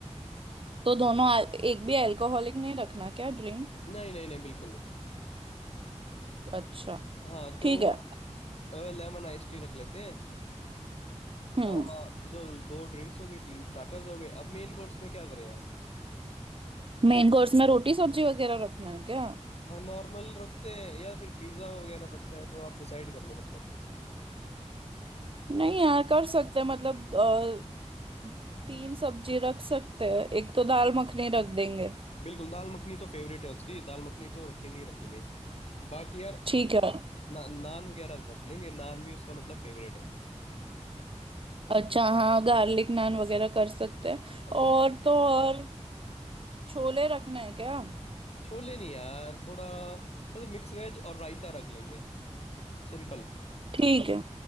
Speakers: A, on the right; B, on the left.
A: तो दोनों आ- एक भी अल्कोहलिक नहीं रखना क्या ड्रिंक
B: नहीं नहीं नहीं बिल्कुल नहीं
A: अच्छा
B: हाँ तो
A: ठीक है
B: लेमन आइस टी रख लेते हैं
A: हम्म
B: और दो, दो ड्रिंक्स हो गए तीन स्टार्टर्स हो गए अब मेन कोर्स में क्या करें यार
A: मेन कोर्स में रोटी सब्जी वगैरह रखना है क्या
B: हाँ नॉर्मल रखते हैं या फिर पिज्ज़ा वगैरह रखना है तो आप डिसाइड कर लो मतलब
A: नहीं यार कर सकते हैं, मतलब अ, तीन सब्जी रख सकते हैं एक तो दाल मखनी रख देंगे
B: बिल्कुल दाल मखनी तो फेवरेट है उसकी दाल मखनी तो रखेंगे ही रखेंगे बाकी यार
A: ठीक है
B: ना, नान वगैरह रख लेंगे नान भी उसका मतलब फेवरेट है
A: अच्छा हाँ गार्लिक नान वगैरह कर सकते हैं
B: हाँ बिल्कुल
A: और तो और छोले रखना है क्या
B: छोले नहीं यार थोड़ा या तो मिक्स वेज और रायता रख लेंगे सिंपल
A: ठीक है